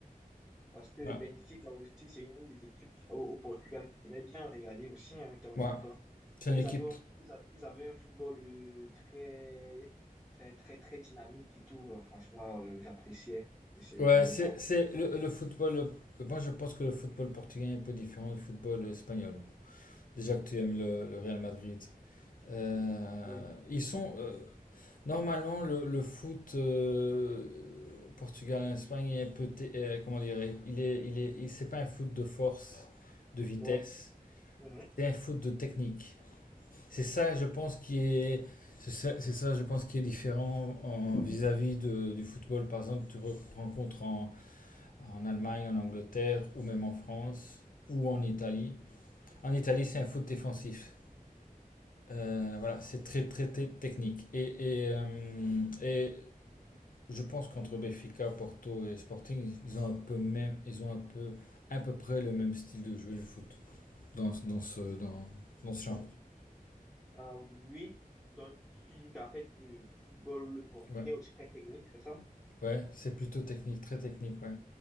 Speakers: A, in the centre; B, on the left.
A: Parce que
B: Voilà.
A: Benfica aussi, c'est une des équipes au, au Portugal que j'aimais bien regarder aussi hein, de temps
B: Ouais.
A: en temps.
B: C'est
A: Enfin,
B: une
A: Ils
B: équipe
A: avaient un, ils a- ils avaient un football euh, très, très, très, très dynamique et tout. Euh, Franchement, euh, j'appréciais. J'appréciais
B: Ouais,
A: bien le
B: c'est,
A: voir.
B: c'est le, le football. euh, Moi, je pense que le football portugais est un peu différent du football espagnol. Déjà que tu aimes le, le Real Madrid. Euh,
A: Euh,
B: ils sont. euh, normalement, le, le foot euh, Portugal-Espagne est un peu. té- euh, comment dire? Il est, il est, il- c'est pas un foot de force, de vitesse.
A: ouais. Mhm.
B: C'est un foot de technique. C'est ça, je pense, qui est. C'est ça, c'est ça, je pense, qui est différent en, vis-à-vis de, du football, par exemple, que tu re- rencontres en en Allemagne, en Angleterre, ou même en France, ou en Italie. En Italie, c'est un foot défensif. Euh, voilà, c'est très, très, très technique. Et, et, euh, et je pense qu'entre Benfica, Porto et Sporting, ils ont un peu même, ils ont un peu, à peu près le même style de jouer le foot dans, dans ce, dans, dans ce genre.
A: Ah oui. Donc, tu dis qu'en fait, le football portugais
B: Ouais,
A: est aussi très technique, c'est ça?
B: ouais, c'est plutôt technique, très technique. Ouais.